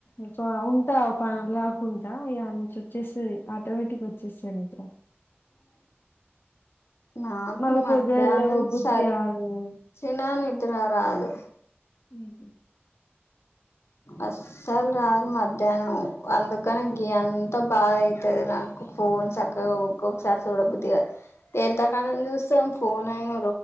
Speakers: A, on the left; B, on the left.
A: ఒక ఉంటా ఓ పనేడు గట్ల దాకా ఉంట ఇగ ఆనించి ఒచ్చేస్తది ఆటోమేటిక్ గా ఓచ్చేస్తాది నిద్ర
B: అ నాకు
A: మళ్ళా
B: మధ్యాహ్నం
A: పొద్దుగాల లేవ బుద్ధి
B: స సచ్చినా
A: కాదు
B: నిద్ర రాదు
A: లేదు
B: అస్సలు రాదు మధ్యాహ్నం అందుకనే గి అంతా బాధ అయితది నాకు ఫోన్ సక్కగా ఒక్కొక్కసారి చూడబుద్దిగాదు ఎంతకానం చూస్తాం ఫోన్ అయిన